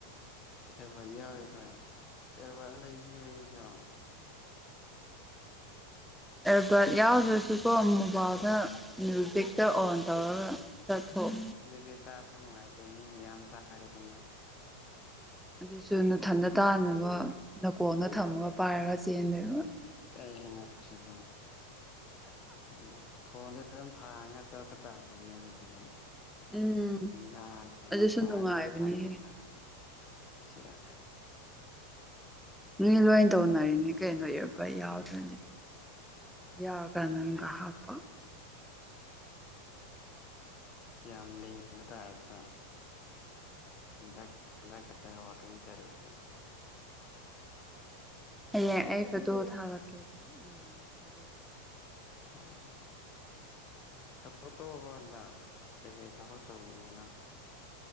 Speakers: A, on the left; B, in the centre.
A: ꯑꯦꯚꯗꯤ ꯌꯥꯎꯔꯦ ꯑꯩꯈꯣꯏ ꯑꯦꯔꯕ ꯂꯩꯕꯤꯕꯒꯤꯁꯨ
B: ꯑꯦꯜꯕꯥꯔꯠ ꯌꯥꯎꯗ꯭ꯔꯁꯨꯀꯣ ꯃꯣꯕꯥꯏꯜꯗ ꯃ꯭ꯌꯨꯖꯤꯛꯇ ꯑꯣꯟ ꯇꯧꯔꯒ ꯆꯠꯊꯣꯛ
A: ꯑꯗꯨꯗꯤ ꯇꯥꯕ ꯅꯨꯡꯉꯥꯏꯇꯦ ꯃꯤ ꯃꯌꯥꯝ ꯇꯥꯔꯦꯗꯅ
B: ꯑꯗꯨꯁꯨ ꯅꯊꯟꯗ ꯇꯥꯅꯕ
A: ꯃꯤꯒꯤ
B: ꯅꯀꯣꯟꯅ ꯊꯝꯃꯒ ꯄꯥꯏꯔꯒ ꯆꯦꯟꯗꯕ
A: ꯀꯔꯤ ꯍꯥꯏꯟꯅꯁꯤꯕ ꯎ ꯐꯣꯟꯁ ꯑꯗꯨꯝ ꯊꯥꯡꯉꯒ ꯆꯠꯄ ꯇꯥꯔꯦꯅꯦ ꯑꯗꯨꯗꯤ
B: ꯎꯝ
A: ꯅꯥꯒꯦ
B: ꯑꯗꯨꯁꯨ
A: ꯃꯄꯥꯗꯨꯗ
B: ꯅꯨꯡꯉꯥꯏꯕꯅꯦꯍꯦ
A: ꯊꯝꯃꯒ ꯁꯤꯈ
B: ꯃꯤ ꯂꯣꯏ ꯇꯧꯅꯔꯤꯅꯤ ꯀꯩꯅꯣ ꯏꯄ ꯌꯥꯎꯗ꯭ꯔꯅꯤ ꯌꯥꯔ ꯀꯥꯟꯗꯪꯒ ꯍꯥꯞꯄ
A: ꯌꯥꯝ ꯂꯤꯡꯕꯗꯥꯏ ꯍꯦꯛꯇ ꯗ ꯈꯥꯟꯗ ꯈꯗ ꯋꯥꯀꯤꯡ ꯆꯠꯦ
B: ꯍꯌꯦꯡ ꯑꯩ ꯐꯗꯣ ꯊꯥꯔꯛꯀꯦꯗꯣ ꯌꯦꯡꯉꯣ ꯊꯥꯖꯗ꯭ꯔꯗꯤ
A: ꯍꯣꯏ ꯍꯣꯏ ꯊꯥꯕꯠꯇꯣꯛꯑꯕ ꯍꯟꯗ ꯀꯩꯀꯩ ꯊꯥꯕ ꯇꯧꯔꯤꯒꯦꯅ